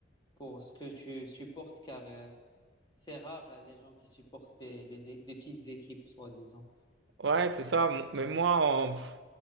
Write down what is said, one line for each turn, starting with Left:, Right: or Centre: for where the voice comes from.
Left: pour ce que tu supportes, car euh, c'est rare euh, les gens qui supportent des, des, é- des petites équipes, soi-disant.
Right: Ouais, c'est ça. Mo- Mais moi, en, pff,